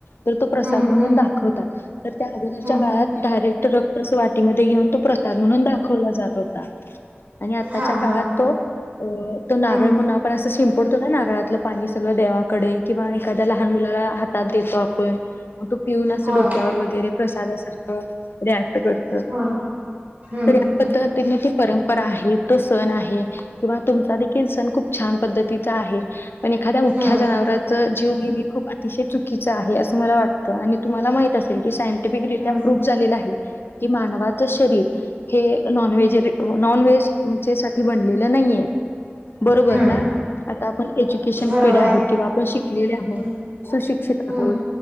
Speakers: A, on the left (about 60°); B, on the right (about 45°).
A: तर तो प्रसाद
B: हम्म
A: म्हणून
B: हम्म
A: दाखवतात. तर त्या अगोदर
B: हम्म
A: डायरेक्ट रक्तच वाटीमध्ये घेऊन तो प्रसाद म्हणून दाखवला जात होता. आणि आताच्या
B: हा
A: काळात
B: हा
A: तो अ तो नारळ
B: हम्म
A: म्हणून आपण असं शिंप पडतो ना नारळातलं पाणी सगळं देवाकडे किंवा एखाद्या लहान मुलाला हातात देतो आपण मग तो पिऊन असं
B: होय
A: डोक्यावर वगैरे प्रसादासारखं रिॲक्ट कर त.
B: होय हम्म
A: तर या पद्धतीने ती परंपरा आहे तो सण आहे. किंवा तुमचा देखील सण खूप छान पद्धतीचा आहे. पण एखाद्या मुख्या
B: हम्म
A: जनावरांच जीव घेण. हे खूप अतिशय चुकीचं आहे. असं मला वाटत. आणि तुम्हाला माहित असेल की सायंटिफिकरित्या
B: हम्म
A: प्रूफ झालेलं आहे. की मानवाचं शरीर हे नॉन व्हेजरी -नॉन व्हेज म्हणजे साठी बनलेलं नाहीयय. बरोबर
B: हम्म
A: ना? आता आपण एज्युकेशन
B: बरोबर
A: पिढी आहोत
B: आहे
A: किंवा आपण शिकलेले आहोत.
B: हम्म
A: सुशिक्षित आहोत
B: हम्म